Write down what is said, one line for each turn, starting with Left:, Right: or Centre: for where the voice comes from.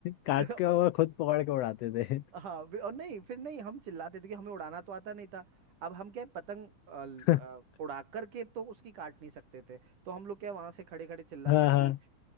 Left: काट
Right: <laughs>
Left: के और खुद पकड़ के उड़ाते थे
Right: हाँ भी- और नहीं फिर नहीं हम चिल्लाते थे कि हमें उड़ाना तो आता नहीं था अब हम क्या है, पतंग अ, ल-
Left: <laughs>
Right: अ, उड़ा करके तो उसकी काट नहीं सकते थे तो हम लोग क्या वहां से खड़े खड़े चिल्लाते
Left: हाँ
Right: कि
Left: हाँ
Right: अ,